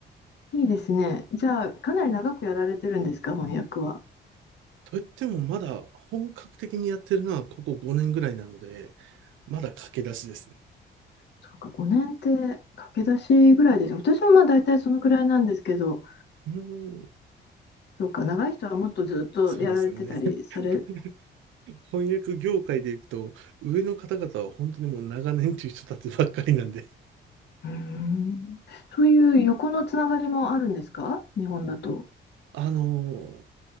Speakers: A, on the left; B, on the right.
A: いいですね。じゃあ、かなり長くやられてるんですか、翻訳は。
B: といってもまだ本格的にやってるのはここ5年ぐらいなので、まだ駆け出しですね。
A: そうか、5年って駆け出しぐらいですね。私もまあ大体そのくらいなんですけど、
B: うーん
A: そうか、長い人はもっとずっとやられてたりされ、
B: そうなんですよね。<laughs>
A: う
B: 翻訳業界でいくと、上の方々は本当にもう長年という人たちばっかりなんで、
A: ーん、そういう横のつながりもあるんですか、日本だと。
B: あの